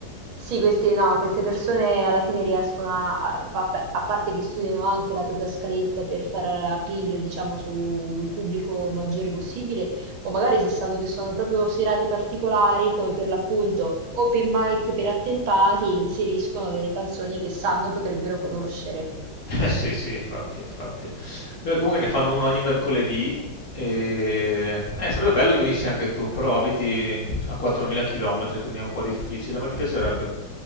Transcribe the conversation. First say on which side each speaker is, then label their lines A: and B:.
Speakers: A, on the right (about 85°); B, on the left (about 45°).
A: Sì, queste, no, queste persone alla fine riescono a, a- vabbè, a parte che studiano anche la propria scaletta per fare appeal, diciamo, sul pubblico maggiore possibile, o magari se sanno che sono proprio serate particolari, come per l'appunto open mic per attempati, inseriscono delle canzoni che sanno potrebbero conoscere.
B: <laughs> Eh, sì sì infatti, infatti. Eh, Comunque ne fanno uno ogni mercoledì, e... eh, sarebbe bello che venissi anche tu, però abiti a 4000 km, quindi è un po' difficile, ma ti piacerebbe.